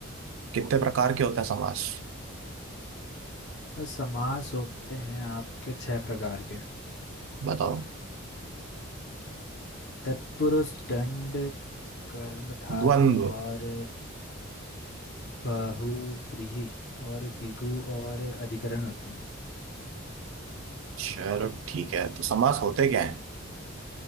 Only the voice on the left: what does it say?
सर समास होते हैं आपके छह प्रकार के
तत्पुरुष दंड कर्मधारय
और बहुव्रीहि और दिगु और अधिकरण होते हैं